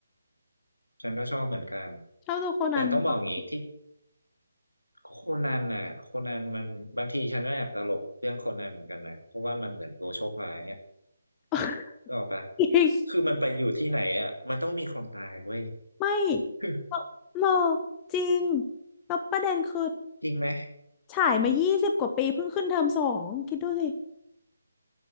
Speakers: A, on the left; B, on the left.
A: ฉันก็ชอบเหมือนกัน
B: ชอบดูโคนันมาก
A: แต่ต้องบอกอย่างนี้ที่ โคนันน่ะโคนันมันบางทีฉันก็แอบตลกเรื่องโคนันเหมือนกันนะเพราะว่ามันเหมือนตัวโชคร้ายอ่ะ
B: <laughs>
A: ก็ออกปะ
B: จริง
A: คือมันไปอยู่ที่ไหนอ่ะมันต้องมีคนตายเว้ย
B: ไม่
A: <laughs>
B: เราเราจริงแล้วประเด็นคือ
A: จริงไหม
B: ฉายมายี่สิบกว่าปีเพิ่งขึ้นเทอมสองคิดดูสิ